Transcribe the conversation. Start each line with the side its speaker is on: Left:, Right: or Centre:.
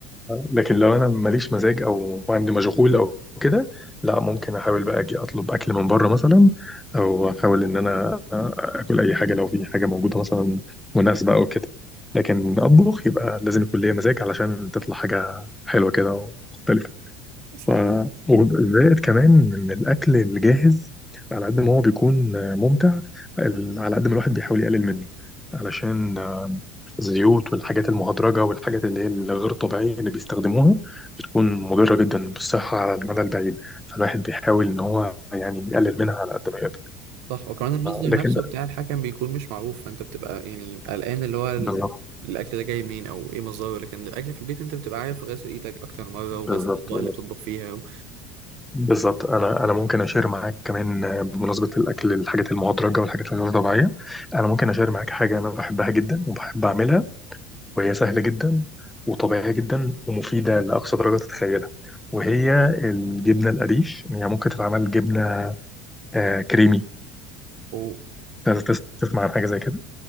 Centre: لكن لو انا ماليش مزاج او عندي مشغول او كده لا ممكن احاول بقى اجي اطلب اكل من بره مثلا او احاول ان انا اكل اي حاجه لو في حاجه موجوده مثلا مناسبه او كده لكن اطبخ يبقى لازم يكون ليا مزاج علشان تطلع حاجه حلوه كده ومختلفه
Right: صح
Centre: ف... وزائد كمان ان الاكل الجاهز على قد ما هو بيكون ممتع ال- على قد ما الواحد بيحاول يقلل منه علشان الزيوت والحاجات المهدرجة والحاجات اللي هي الغير طبيعية اللي بيستخدموها بتكون مضرة جدا بالصحة على المدى البعيد فالواحد بيحاول إن هو يعني يقلل منها على قد ما يقدر
Right: صح وكمان المصدر
Centre: لكن
Right: نفسه بتاع الحكم بيكون مش معروف فانت بتبقى يعني قلقان اللي هو ال-
Centre: بالظبط
Right: الاكل ده جاي منين او ايه مصدره لكن الاكل في البيت انت بتبقى عارف غسل ايدك اكتر مره
Centre: بالظبط
Right: وغسل الاطباق
Centre: بالظبط
Right: اللي بتطبخ فيها
Centre: بالظبط. أنا أنا ممكن أشير معاك كمان آه، بمناسبة الأكل الحاجات المهدرجة والحاجات الغير طبيعية أنا ممكن أشير معاك حاجة أنا بحبها جدا وبحب أعملها وهي سهلة جدا وطبيعية جدا ومفيدة لأقصى درجة تتخيلها وهي الجبنة القريش هي يعني ممكن تتعمل جبنة آه، كريمي
Right: وانا
Centre: أنت تس- تسمع عن حاجه زي كده